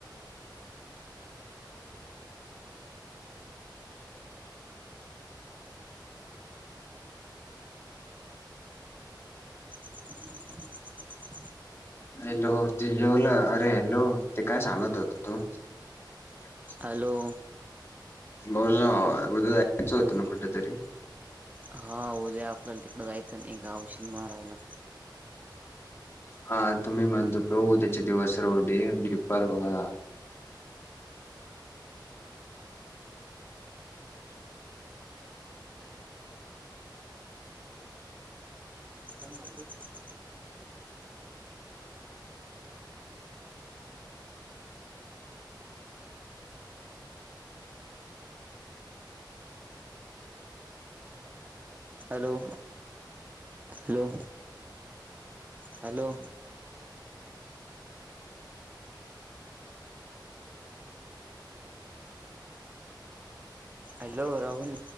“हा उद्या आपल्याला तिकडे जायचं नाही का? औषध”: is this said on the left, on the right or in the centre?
Right